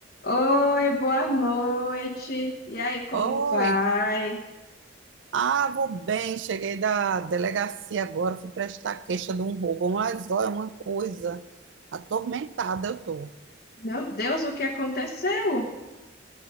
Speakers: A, on the left; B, on the right.
A: Oi, boa noite. E aí, como
B: Oi,
A: vai?
B: ah, vou bem, cheguei da delegacia agora, fui prestar queixa de um roubo, mas olha, uma coisa, atormentada eu tô.
A: Meu Deus, o que aconteceu?